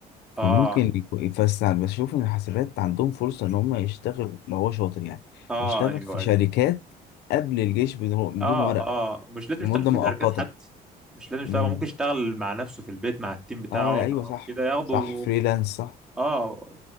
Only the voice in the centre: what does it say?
اه
اه
ايوه
أيوه.
اه
اه مش لازم
يشتغل في
شركات حتى مش لازم يشتغل
هو ممكن يشتغل مع نفسه في البيت مع التيم بتاعه
لو
كده ياخدوا
اه